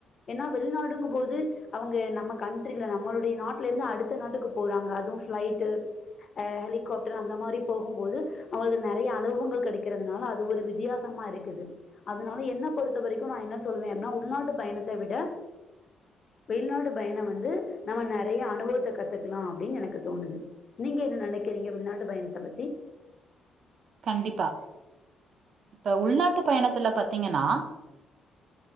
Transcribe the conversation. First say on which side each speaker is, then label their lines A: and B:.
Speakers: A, on the left (about 45°); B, on the right (about 60°).
A: ஏனா வெளிநாடுங்கும் போது அவுங்க நம கண்ட்ரில நம்மளுடைய நாட்லெந்து அடுத்த நாட்டுக்கு போறாங்க அது ஃபிளைட்டு ஆ ஹெலிகாப்டர் அந்த மாரி போகும்போது அவுங்களுக்கு நறய அனுபவங்கள் கெடைக்கிறதுனால அது ஒரு வித்தியாசமாருக்குது அதனால என்ன பொறுத்த வரைக்கு நா என்ன சொல்வே அப்னா உள்நாட்டு பயணத்த விட வெளிநாடு பயணோ வந்து நம்ம நெறய அனுபவத்த கத்துக்லா அப்டின் எனக்கு தோனுது நீங்க என்ன நெனைக்கிறீங்க வெளிநாட்டு பயணத்த பத்தி
B: கண்டிப்பா இப்ப உள்நாட்டு பயணத்துல பாத்தீங்கன்னா